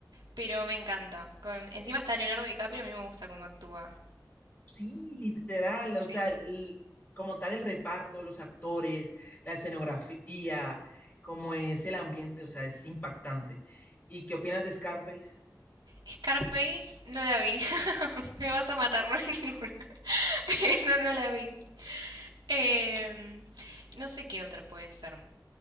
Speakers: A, on the right; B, on the left.
A: pero me encanta. Con- Encima está Leonardo DiCaprio, a mí me gusta cómo actúa.
B: Sí, literal,
A: Sí.
B: o sea, el- como tal el reparto, los actores, la escenografía, cómo es el ambiente, o sea, es impactante. ¿Y qué opinas de Scarface?
A: Scarface no la vi. <laughs> Me vas a matar, no hay ninguna. <laughs> No, no la vi. Em, no sé qué otra puede ser.